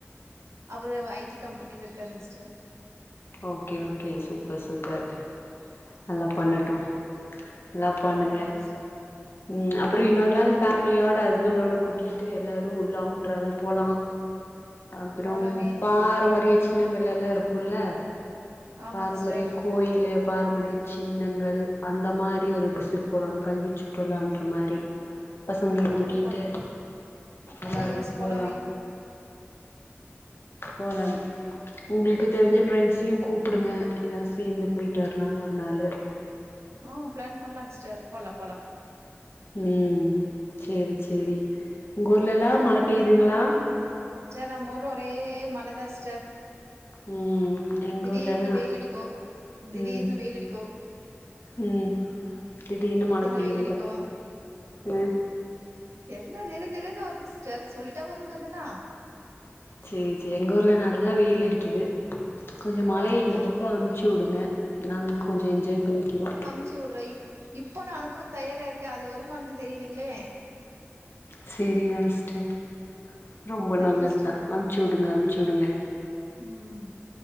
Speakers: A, on the right (about 75°); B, on the left (about 60°).
A: அவரு ஐ டி கம்பெனில இருக்காருங்க sister
B: okay okay super super நல்லா பண்ணட்டு லவ் பண்ணுங்க
A: சரிங்க சிஸ்டர்
B: ம் அப்ற
A: ஓ
B: இன்னொரு
A: பண்ணணு
B: நாள் ஃபேமிலியோட ஹஸ் பண்ட்டோட கூட்டிட்டு எல்லாரு ஒரு லாங் ட்ராவல் போலா அப்பற
A: போலாமே
B: பாரம்பரிய சின்னங்கள் எல்லா இருக்குல
A: ஆமாங்க
B: பாரம்பரிய
A: சிஸ்டர்
B: கோயிலு பாரம்பரிய சின்னங்கள் அந்த மாரி ஒரு விசிட் போடனு கல்வி சுற்றுலான்ற மாரி பசங்களயும்
A: ஓ
B: கூட்டிட்டு
A: அப்டி போலான்டு
B: எல்லாரு
A: ஓ எஸ் போலாமே
B: போலா போலம் உங்ளுக்கு தெரிஞ்ச ஃபிரெண்ட்ஸையு கூப்டுங்க எல்லாரு சேந்து போய்ட்டு வரலா ஒரு நாளு
A: ஆ பிளான் பண்லாங்க சிஸ்டர் போலா போலா
B: ம் செரி செரி உங்க ஊர்லல்லா மழ பெய்துங்களா
A: சிஸ்டர் நம்ம ஊர்ல ஒரே மழ தா சிஸ்டர்
B: ம் எங்க
A: திடீர்னு
B: ஊர்லல்லா
A: வெயில் அடிக்கு திடீர்னு
B: ம்
A: வெயில் அடிக்கு
B: ம் திடீர்னு மழ பெய்யுங்க
A: வெயில் அடிக்கு
B: ம்
A: எல்லாம் திடீர் திடீர்னு வருது சிஸ்டர் சொல்லிட்டா வருங்க அதெல்லா
B: செர் செர் எங்க ஊர்ல நல்லா வெயில் அடிக்கிது கொஞ்சோ மழய
A: ஓஹோ
B: இந்த பக்கம் அமுச்சு விடுங்க நாங்களு கொஞ்சோ என்ஜாய் பண்ணிக்கிறோ
A: அமுச்சிவுடுற இப்ப நா அனுப்புறது தயாரா இருக்க அது வருமானு தெரியலிங்களே
B: செரிதா சிஸ்டர் ரொம்ப
A: சரிங்க
B: நல்லது
A: சிஸ்டர்
B: தா அமுச்சு வுடுங்க அமுச்சு வுடுங்க
A: ம்